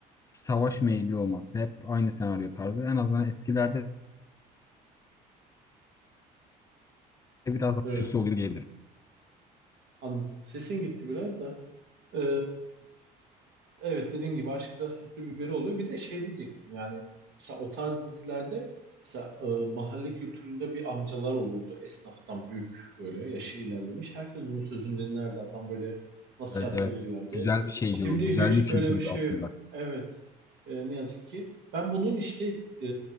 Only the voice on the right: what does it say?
Evet
anladım. Sesin gitti biraz da. Ee, Evet dediğin gibi aşk biraz süslü biberi oluyor. Bir de şey diyecektim yani mesela o tarz dizilerde mesela e, mahalle kültüründe bir amcalar olurdu. Esnaftan büyük böyle yaşı ilerlemiş. Herkes onun sözünü dinlerdi. Adam böyle nasihat
verirlerdi.
Şimdi
hiç
öyle bir şey
yok. Evet E, ne yazık ki. Ben bunun işte e,